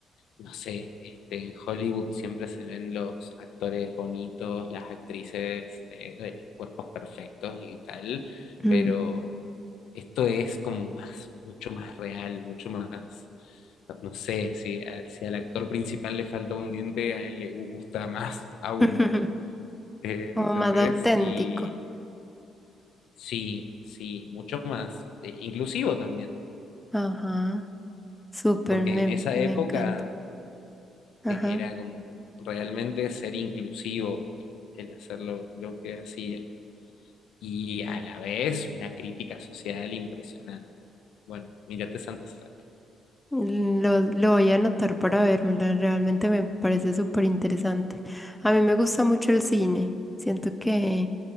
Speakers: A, on the left (about 80°); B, in the centre.
A: no sé, este, en Hollywood siempre se ven los actores bonitos, las actrices, eh, de los cuerpos perfectos y tal,
B: mm.
A: pero esto es como más, mucho más real, mucho más, no, no sé, si, a- si al actor principal le falta un diente, a él le gusta más <laughs> aún,
B: <laughs>
A: eh,
B: Como
A: ¿entendés?
B: más auténtico.
A: Y sí, sí, mucho más, eh, inclusivo también.
B: Ajá. Súper,
A: Porque
B: me,
A: en esa
B: me
A: época
B: encanta. Ajá.
A: eh, era como realmente ser inclusivo el, el hacer lo, lo que hacía y a la vez una crítica social impresionante. Bueno, mírate Santa Sangre.
B: Lo, lo voy a anotar para vérmela, realmente me parece súper interesante. A mí me gusta mucho el cine, siento que